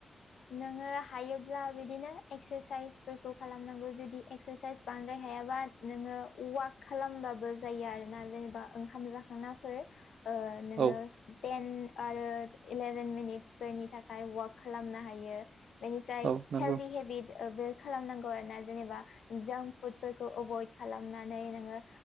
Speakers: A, on the left (about 75°); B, on the right (about 80°).
A: नोङो हायोब्ला बिदिनो एक्सारसस एक्सारसाइसफोरखौ खालामनांगौ जुदि एक्सारसाइस बांद्राय हायाबा नोङो ववाक खालामबाबो जायो आरोना जेनेबा ओंखाम जाखांनाफोर ओ नोङो
B: औ
A: टेन आरो इलेभेन मिनिट्सफोरनि थाखाय वाक खालामनो हायो। बेनिफ्राय
B: औ नंगौ
A: हेलड हेबिट बे खालामनांगौ आरो ना जेनेबा जांक फुडफोरखौ एभयड खालामनानै नोङो